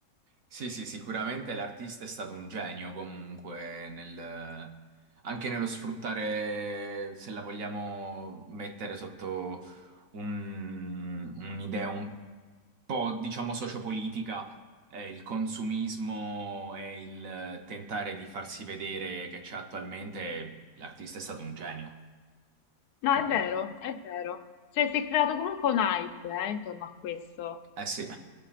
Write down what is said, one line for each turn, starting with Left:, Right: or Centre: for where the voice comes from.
Right: sì, sì, sicuramente l'artista è stato un genio comunque nel... anche nello sfruttare, se la vogliamo mettere sotto un- un'idea un po', diciamo, sociopolitica, eh, il consumismo e il eh, tentare di farsi vedere che c'è attualmente, l'artista è stato un genio.
Left: No,
Right: Completamente.
Left: è vero, è vero. Cioè, si è creato comunque un hype, eh, intorno a questo.
Right: Eh sì,